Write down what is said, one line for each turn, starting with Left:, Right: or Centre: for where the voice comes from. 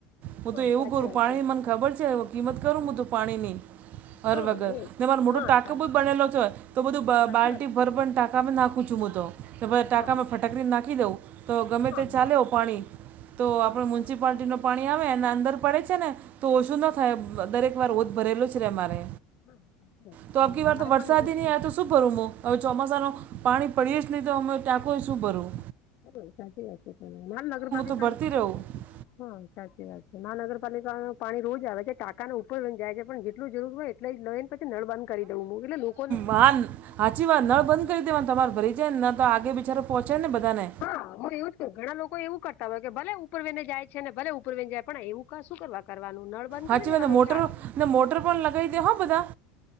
Right: હું
Left: હા
Right: તો એવું
Left: સાચી
Right: કરું
Left: વાત
Right: પાણી
Left: છે
Right: મન ખબર છે કિંમત કરું હૂતો પાણીની હર
Left: હા
Right: વગર
Left: એજ
Right: ને મારો મોટો
Left: હા
Right: ટાકો
Left: સાચી
Right: બ બનેલો છે હોય તો બધું
Left: સાચી
Right: બાલ્ટી
Left: વાત છે તમારી
Right: ભર પણ ટા ટાકા નાખું છું હું તો કે ભ ટાકામાં
Left: હા
Right: ફટાકડીને નાખી દઉં તો ગમે
Left: હા
Right: તે
Left: બ
Right: ચાલે હો પાણી તો
Left: હા
Right: આપણે
Left: હા
Right: મ્યુનસિપાલિટીનો પાણી આવે એના અંદર પડે છે ને તો ઓછું ન થાય દરેક વાર ઓત ભરેલું જ રહેમારે
Left: હા
Right: તો આ આપકી વાર
Left: મારે
Right: તો વરસાદી
Left: પણ એવું જ
Right: નં
Left: છે
Right: આ તો શહું ભરું હવે ચોમાસા ન પાણી પડીએ જ નહી તો અમે તાંકો શું ભરવું?
Left: બરોબ સાચી વાત માલ નગરપાલિકા
Right: તો ભરતી રહું
Left: હા સાચી વાત છે મહાનગરપાલિકામાં પાણી રોજ આવે છે ટાકા ઉપરને જાય છે પણ જેટલું જરૂર હોય એટલે નવીન પછી નળ બંધ કરી દઉં એટલે લોકોને
Right: બન. હાચી વાત નળ બંધ કરી દેવાને તમારે ભરી જાય ને ન તો આગે બિચારે પહંચે ને બધાને.
Left: હા હું એવું જ કર ઘણા લોકો એવું કરતા હોય કે ભલે ઉપર વને જાય છેને ભલે ઉપર વને જાય પણ એવું ક શું કરવા. કરવાનું નળ બંધ
Right: હાચી
Left: કરી દેવાનું
Right: વાત ને મોટર
Left: એટલે આગળ.
Right: ને મોટર પણ લગાવી દે હો બધા